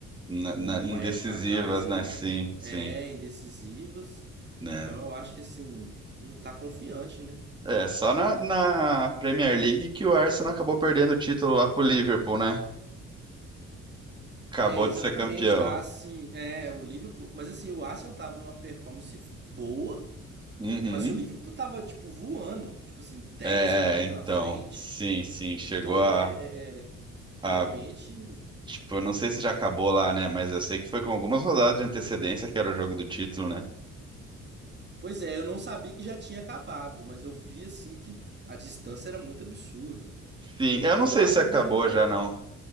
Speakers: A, on the right; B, on the right.
A: Na,
B: uma,
A: na-
B: uma
A: indecisivas,
B: época atrás aí.
A: né? Sim, sim,
B: É, indecisivas.
A: né?
B: Então eu acho que, assim, não tá confiante, né?
A: É, só na, na Premier League que o Arsenal acabou perdendo o título lá pro Liverpool, né? Acabou
B: É, exatamente,
A: de ser campeão.
B: tá assim. É, o Liverpool. Mas assim, o Arsenal tava numa performance boa.
A: Uhum.
B: Mas o Liverpool tava, tipo, voando. Tipo assim, 10
A: É,
B: pontos
A: então,
B: na frente.
A: sim, sim, chegou
B: Então
A: a,
B: é, é- é- realmente.
A: a, tipo, eu não sei se já acabou lá, né? Mas eu sei que foi com algumas rodadas de antecedência que era o jogo do título, né?
B: Pois é, eu não sabia que já tinha acabado, mas eu vi assim que a distância era muito absurda.
A: Sim, eu
B: E
A: não
B: o
A: sei
B: Arsenal
A: se acabou
B: ganhando bem.
A: já, não.